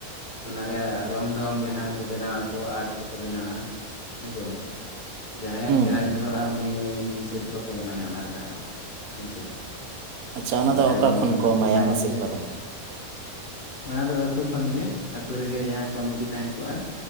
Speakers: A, on the left (about 40°); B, on the right (about 75°).
A: ᱚᱱᱟ ᱨᱮᱭᱟᱜ ᱨᱚᱝ ᱰᱷᱚᱝ ᱡᱟᱦᱟᱸ ᱠᱚ ᱵᱮᱱᱟᱣᱟ ᱟᱨᱴ ᱠᱚᱠᱚ ᱵᱮᱱᱟᱣᱟ ᱦᱮᱸᱥᱮ᱾ ᱡᱟᱦᱟᱸᱭᱟᱜ
B: ᱦᱩᱸ
A: ᱪᱮᱨᱦᱨᱟ ᱧᱮᱞᱚᱜᱼᱟ ᱩᱱᱤ ᱥᱤᱨᱯᱟᱹ ᱠᱚ ᱮᱢᱟᱭᱟ ᱚᱱᱟ ᱨᱮᱱᱟᱜ ᱦᱚᱸ ᱦᱮᱸ ᱪᱮ᱾
B: ᱟᱪᱪᱷᱟ ᱚᱱᱟ
A: ᱮᱱᱠᱷᱟᱱ
B: ᱫᱚ ᱚᱠᱟ ᱠᱷᱚᱱ ᱠᱚ ᱮᱢᱟᱭᱟ
A: ᱚᱱᱟ ᱤᱫᱤ
B: ᱥᱤᱨᱯᱟᱹ
A: ᱠᱟᱛᱮᱫ᱾
B: ᱫᱚ
A: ᱚᱱᱟ ᱫᱚ ᱟᱹᱛᱩ ᱠᱷᱚᱱ ᱜᱮ ᱟᱹᱛᱩᱳ ᱨᱮᱜᱮ ᱡᱟᱦᱟᱸ ᱠᱚᱢᱤᱴᱤ ᱛᱟᱦᱮᱸ ᱠᱚᱜᱼᱟ᱾